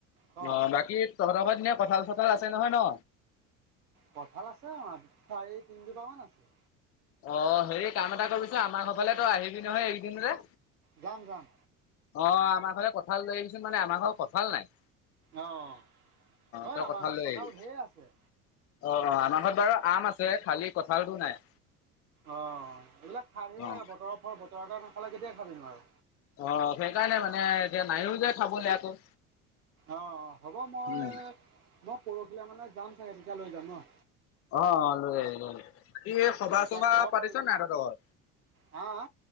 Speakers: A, on the right (about 80°); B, on the left (about 35°).
A: ক
B: অ' বাকী তহত ঘৰ পিনে কঁঠাল-চঠাল আছে। আছে নহয় ন?
A: কঁঠাল আছে আমাৰ তিনি জোপা মান আছে
B: অ হেৰি কাম এটা কৰিবছোন আমাৰ ঘৰফালে তো আহিবি নহয় এইকেইদিনৰে।
A: যাম যাম।
B: অ' আমাৰ ঘতে কঁঠাল ল আহিবিচোন মানে আমাৰ ঘৰত কঁঠাল নাই
A: অ' ঐ
B: তই
A: আমাৰ ঘৰত
B: লৈ
A: কঁঠাল
B: আহিবি।
A: ধেইৰ আছে।
B: অ' অ' আমাৰ ঘৰত বাৰু আম আছে, খালী কঁঠালটো নাই।
A: অ' এইবিলাক খাই থাকিব
B: অ',
A: লাগে, বতৰৰ ফল বতৰতে নাখালে কেতিয়া খাবিনো আৰু।
B: অ' সেইকাৰণে মানে এ নাইও যায় খাবলৈ আকৌ।
A: অ' হ'ব মই-মই
B: উম,
A: পৰহিলে মানে যাম চাগে তেতিয়া লৈ যাম ন।
B: অ' লৈ অহ লৈ ই সভা
A: তেতিয়া
B: চভা
A: খাব
B: পাতিছে
A: পাৰিবি
B: নাই তহত,
A: হা